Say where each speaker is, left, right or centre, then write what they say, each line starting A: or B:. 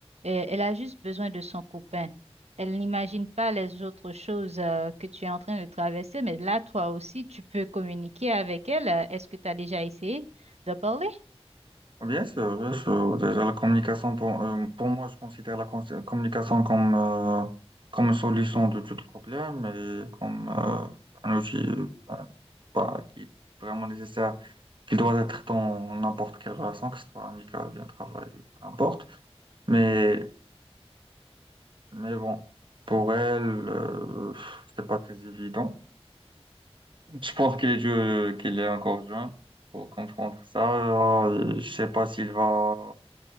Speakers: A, on the right (about 85°); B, on the right (about 50°).
A: Euh, elle a juste besoin de son copain. Elle n'imagine pas les autres choses euh, que tu es en train de traverser, mais là, toi aussi, tu peux communiquer avec elle. Euh, Est-ce que tu as déjà essayé de parler?
B: Bien sûr, bien sûr. Déjà, la communication, pour, euh, pour moi, je considère la cons- communication comme, euh, comme une solution de tout problème et comme euh, un outil euh, bah, qui est vraiment nécessaire, qui doit être dans n'importe quelle relation, que ce soit amicale, bien travail ou n'importe. Mais Mais bon, pour elle, euh, c'est pas très évident. Je pense qu'il est, dû- qu'il est encore jeune pour comprendre ça. Euh, Je sais pas s'il va,